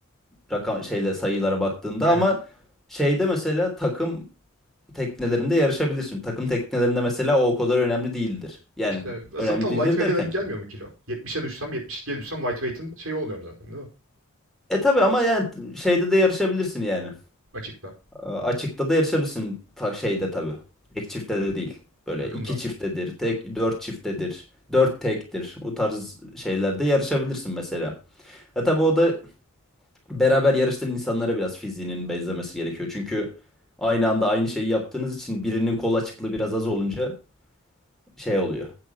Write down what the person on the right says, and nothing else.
Aynen.
İşte zaten
lightweight'e
denk gelmiyor mu kilo? 70'e düşsem, 72'ye düşsem lightweight'in şeyi oluyorum zaten değil mi?
Açıkta,
takımda.